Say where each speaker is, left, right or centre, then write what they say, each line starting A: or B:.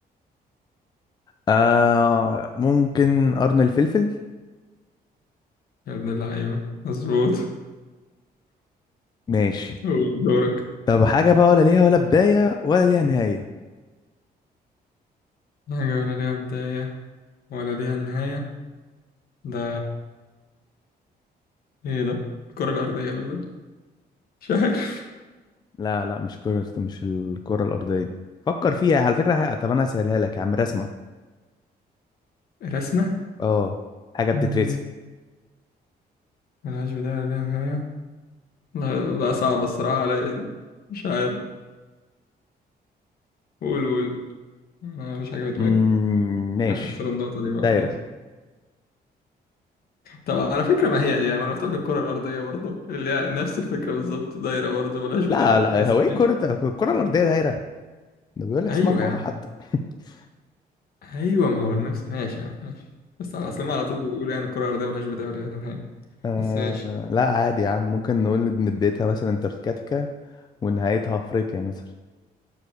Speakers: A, on the left; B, on the left.
A: آه ممكن قرن الفلفل
B: يا ابن اللعيبة مظبوط
A: ماشي
B: قول دورك
A: طب حاجة بقى ولا ليها ولا بداية ولا ليها نهاية
B: حاجة ولا ليها بداية ولا ليها نهاية ده ايه ده؟ الكرة الأرضية ولا إيه؟ مش عارف
A: لا لا مش كرة مش الكرة الأرضية فكر فيها على فكرة ه- طب أنا هسهلها لك يا عم رسمة
B: رسمة؟
A: اه حاجة بتترسم
B: مم، ملهاش بداية ولا ليها نهاية لا, لا صعب الصراحة عليا دي مش عارف قول قول أنا مش حاجة بدماغي
A: امم ماشي
B: هخسر النقطة دي
A: الدايرة
B: بقى خلاص طب على فكرة ما هي هي ما أنا قلت لك الكرة الأرضية برضه اللي هي نفس الفكرة بالظبط دايرة برضه ملهاش بداية
A: لا
B: ولا
A: لا
B: لأ بس
A: هو ايه
B: ماشي
A: كرة الكرة الأرضية دايرة ده بيقول لك
B: أيوه
A: اسمها كرة
B: يا عم
A: حتى <laughs>
B: أيوه ما هو نفس ماشي يا عم ماشي بس على أصل هما على طول بيقولوا يعني الكرة الأرضية ملهاش بداية ولا نهاية
A: آه
B: بس ماشي
A: لا عادي يا عم ممكن نقول إن بدايتها مثلا انتاركتيكا ونهايتها أفريقيا مثلا